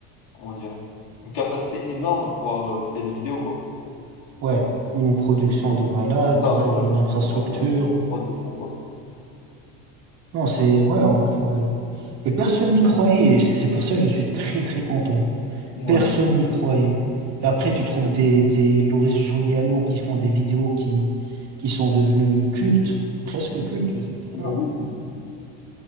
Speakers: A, on the left; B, on the right.
A: comment dire, une capacité énorme à pouvoir euh, créer des vidéos quoi,
B: ouais. Une
A: pour financer
B: production
A: ses vidéos.
B: de malade,
A: C'est ça,
B: ouais,
A: voilà,
B: une
A: je-
B: infrastructure.
A: je- voilà, une prod de fou quoi.
B: Non, c'est, ouais, en vrai, ouais. Et personne n'y croyait, et c'est pour ça que je suis très très content.
A: Ouais.
B: Personne n'y croyait. Et après, tu trouves des, des Loris Giuliano qui font des vidéos qui, qui sont devenues cultes, presque cultes, mais sincèrement.
A: Le-